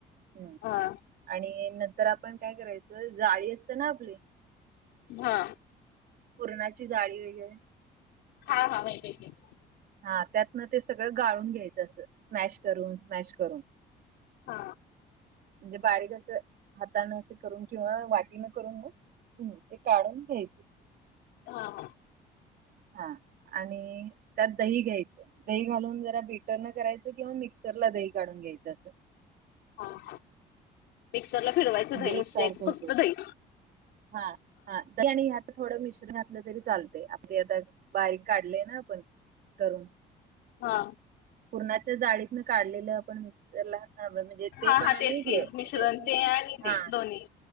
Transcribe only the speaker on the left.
हा.
हा.
<unintelligible>
हा,
हा हा,
हा हा, मिक्सरला फिरवायचं
दही नुसते
फक्त
दही.
हा,
हा
हा
तेच
की
मिश्रण ते आणि
ते दोन्ही